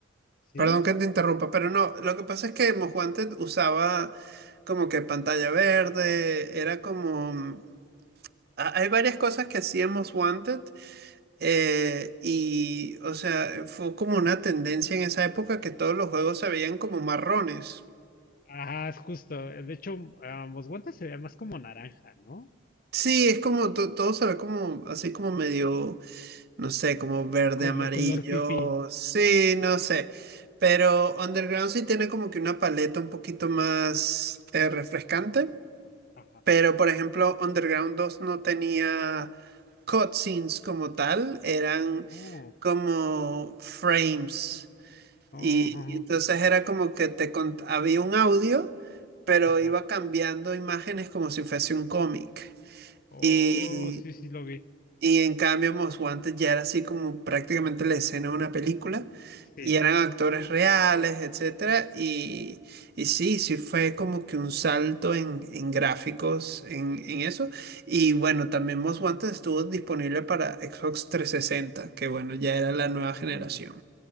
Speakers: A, on the left (about 45°); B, on the right (about 50°).
A: ¿sí?
B: Perdón que te interrumpa, pero no, lo que pasa es que Most Wanted usaba como que pantalla verde, era como... mm, ha- Hay varias cosas que hacíamos Wanted Eh, y, o sea, fue como una tendencia en esa época que todos los juegos se veían como marrones.
A: Ajá, es justo. eh, De hecho, ah, Most Wanted se veía más como naranja, ¿no?
B: Sí, es como to- todo se ve como así como medio, no sé, como verde,
A: Colo-
B: amarillo,
A: color pipí.
B: sí, no sé. Pero Underground sí tiene como que una paleta un poquito más eh, refrescante.
A: Ajá.
B: Pero por ejemplo, Underground 2 no tenía cutscenes como tal, eran
A: Oh,
B: como frames.
A: oh,
B: Y,
A: ajá.
B: y entonces era como que te cont- había un audio, pero
A: ajá.
B: iba cambiando imágenes como si fuese un cómic.
A: Oh,
B: Y,
A: sí, sí lo vi.
B: y en cambio, Most Wanted ya era así como prácticamente la escena de una película.
A: Sí.
B: Y eran actores reales, etcétera. Y, y sí, sí fue como que un salto en, en gráficos, en, en eso. Y bueno, también Most Wanted estuvo disponible para Xbox trescientos sesenta que bueno, ya era la nueva
A: Uy.
B: generación.